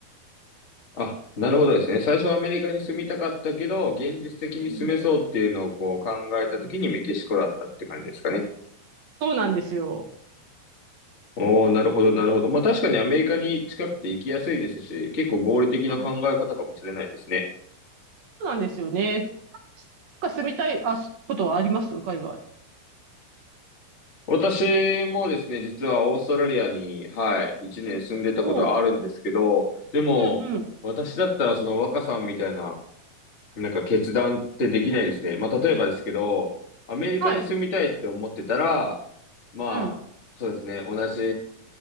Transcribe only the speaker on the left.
あ、なるほどですね。最初はアメリカに住みたかったけど、現実的に住めそうっていうのをこう考えた時にメキシコだったって感じですかね。
おー、なるほど、なるほど。まあ確かにアメリカに近くて行きやすいですし、結構合理的な考え方かもしれないですね。
私もですね、実はオーストラリアに、はい、一年住んでたことはあるんですけど、
でも、
私だったらその若さんみたいな、なんか決断ってできないですね。まあ、例えばですけど、アメリカに住みたいって思ってたら、
まあ、
そうですね、同じ